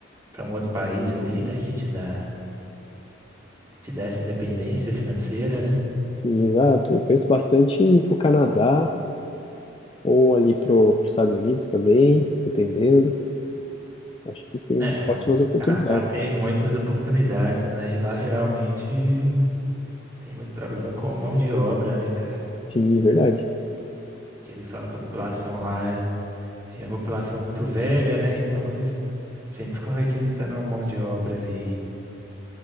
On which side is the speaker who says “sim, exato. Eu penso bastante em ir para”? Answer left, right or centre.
Left